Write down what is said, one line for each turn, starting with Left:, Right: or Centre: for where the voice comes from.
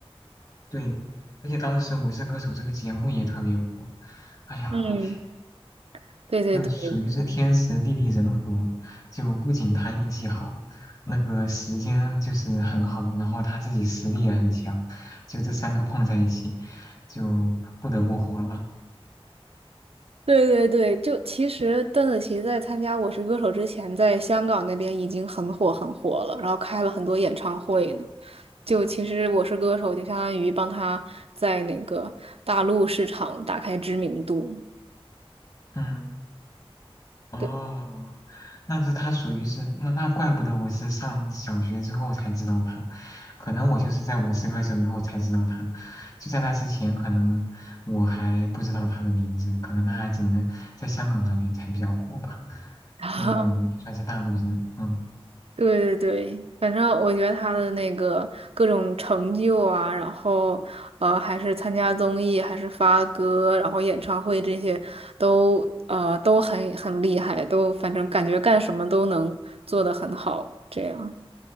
Left: 对，而且当时《我是歌手》这个节目也特别火。哎呀，
Right: 嗯，对对对
Left: 就属于是天时地利人和，就不仅他运气好，那个时间就是很好，然后他自己实力也很强，就这三个碰在一起，就不得不活了。
Right: 对对对，就其实邓紫棋在参加《我是歌手》之前，在香港那边已经很火很火了，然后开了很多演唱会呢。就其实《我是歌手》就相当于帮她在那个大陆市场打开知名度。
Left: 嗯，哦，
Right: 对。
Left: 那是他属于是那那怪不得我是上小学之后才知道他，可能我就是在我是歌手以后才知道他，就在那之前可能我还不知道他的名字，可能他还只能在香港那边才比较火吧，
Right: <laughs>
Left: 因为我们也算是大陆人，嗯
Right: 对对 <laughs> 对，反正我觉得他的那个各种成就啊，然后呃，还是参加综艺，还是发歌，然后演唱会这些都呃都很很厉害，都反正感觉干什么都能做得很好，这样。